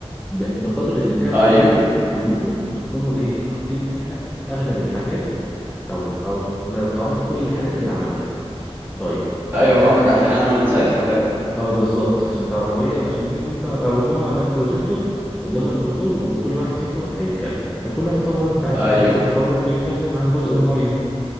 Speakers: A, in the centre; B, on the right (about 20°).
A: بقدر الإمكان
B: ايوه
A: كلكم كلكم تكونوا إيه حاطين فيها أغلب الحاجات أو أو لو تعرفوا كل الحاجات اللي عملتوها طيب
B: ايوه
A: ده
B: فاهمك
A: آه،
B: عشان انا ما انساش ولا
A: اه بالظبط عشان تع... وهي عشان دي اللي انتوا هتعرضوها على البروجيكتور قدام الدكتور وكل واحد فيكم هيتكلم فكل واحد طبعا انت عارف
B: ايوه
A: مشروع التخرج بيتكلم عن جزء معين